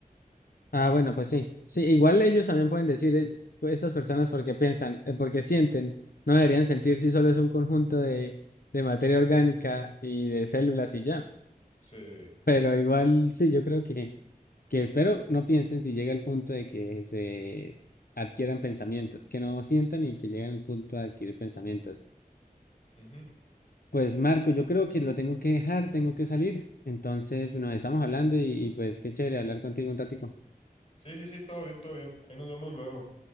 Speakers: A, on the left (about 70°); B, on the left (about 45°).
A: Ah, bueno, pues sí. Sí, igual ellos también pueden decir eh, pues, estas personas porque piensan, eh, porque sienten. No deberían sentir si solo es un conjunto de, de materia orgánica y de células y ya.
B: Se...
A: Pero igual sí, yo creo que, que espero no piensen si llega el punto de que se adquieran pensamientos, que no sientan y que lleguen al punto de adquirir pensamientos.
B: Ujú.
A: Pues Marco, yo creo que lo tengo que dejar, tengo que salir. Entonces, bueno, estamos hablando y, y pues qué chévere hablar contigo un ratico.
B: Sí, sí, sí, todo bien, todo bien. Ahí nos vemos luego.